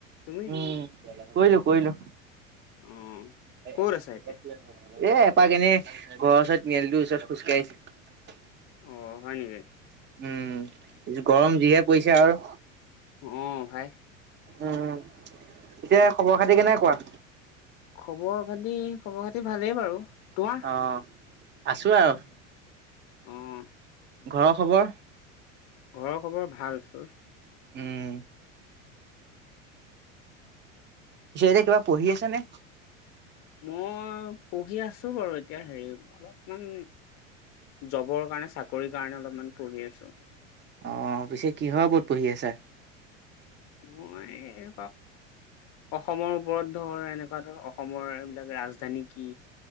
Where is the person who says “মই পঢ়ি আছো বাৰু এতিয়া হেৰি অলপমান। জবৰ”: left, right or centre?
Left